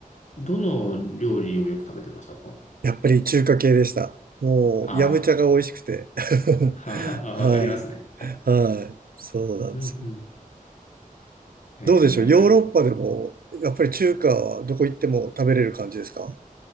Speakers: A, on the left (about 55°); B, on the right (about 80°).
A: どの料理をよく食べてましたか
B: やっぱり中華系でした。もう、
A: あ
B: ヤムチャが美味しくて。<laughs>
A: あ、
B: はい。
A: <laughs> わかりますね。
B: はい。そうなんですよ。
A: うんうん。へえ。
B: どうでしょうヨーロッパでも、やっぱり中華はどこ行っても食べれる感じですか